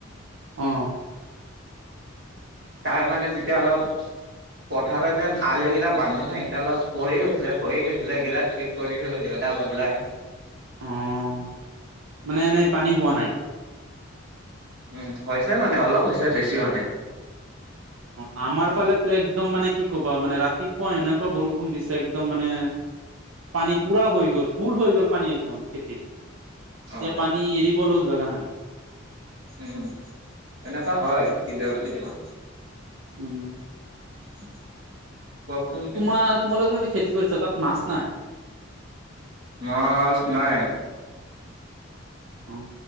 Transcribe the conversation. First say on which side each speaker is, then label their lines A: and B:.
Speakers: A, on the right; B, on the right.
A: অঁ
B: তাৰ মানে তেতিয়া অলপ- পথাৰত যেন আলু কেইটা বান্ধে নাই সকেইটা অলপ পৰি গৈছিলে খৰি গৈছিলে এইকেইটা ঠিক। কৰি থগৈ দেউতাক কৈ পেলাই
A: অঁ, মানে এনেই পানী হোৱা নাই।
B: উম, হৈছে মানে অলপ হৈছে বেছি হোৱা নাই।
A: অঁ আমাৰ ফালেত তো একদম মানে কি কবা মানে ৰাতিপুৱা এনেকুৱা বৰষুণ দিছে একদম মানে। পানী পুৰা হৈ গ'ল ফুল হৈ গ'ল পানী একদম খেতিত।
B: অ
A: এতিয়া পানী এৰিবলৈও জগা নাই।
B: উম এনেকুৱা হয় কেতিয়াবা কেতিয়াবা।
A: উম।
B: <unintelligible> কওকচোন এতিয়া
A: তোমাৰ তোমালোকে যে খেতি কৰিছা, তাত মাছ নাই।
B: মাছ নাই।
A: অঁ